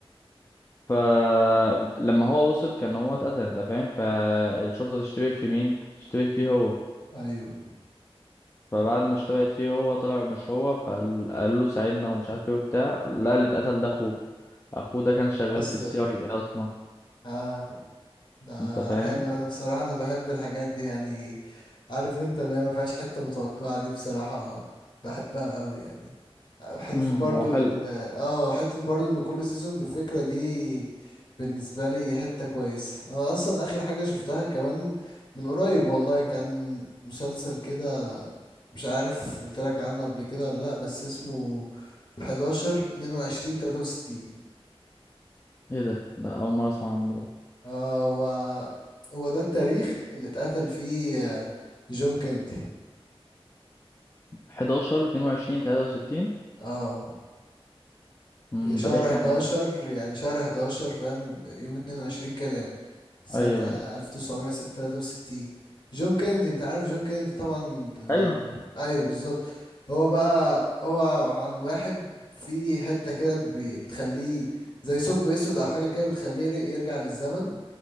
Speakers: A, on the left (about 25°); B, on the left (about 45°).
A: فلما هو وصل كان هو اتقتل انت فاهم فالشرطة تشتبه في مين تشتبه فيه هو
B: ايوه
A: فبعد ما اشتبهت فيه هو طلع مش هو فقال قال له ساعدنا ومش عارف ايه وبتاع لا اللي اتقتل ده اخوه اخوه ده كان شغال
B: اصلا
A: في السي اي دي اصلا
B: اه ده
A: انت فاهم
B: حلو انا بصراحة انا بحب الحاجات دي يعني عارف انت اللي هي ما فيهاش حتة متوقعة دي بصراحة بحبها قوي يعني حتة
A: امم
B: برضو
A: هو حلو
B: ال اه حتة برضو ان كل سيزون بفكرة دي بالنسبة لي حتة كويسة انا اصلا اخر حاجة شفتها كمان من قريب والله كان مسلسل كده مش عارف قلت لك عنه قبل كده ولا لا بس اسمه 11 22 63
A: ايه ده ده اول مره اسمع عنه ده
B: آه و... هو ده التاريخ اللي اتقتل فيه آه، جون كينيدي
A: 11 22 63
B: اه
A: امم
B: شهر
A: ده بيحكي
B: 11
A: عن إيه؟
B: يعني شهر 11 فاهم يوم 22 كده سنة
A: ايوه
B: آه،
A: ايوه
B: 1963 جون كينيدي انت عارف جون كينيدي طبعا ال...
A: ايوه
B: ايوه بالظبط هو بقى هو عن واحد في حتة كده بي- بتخليه زي ثقب اسود او حاجة كده بتخليه ير- يرجع للزمن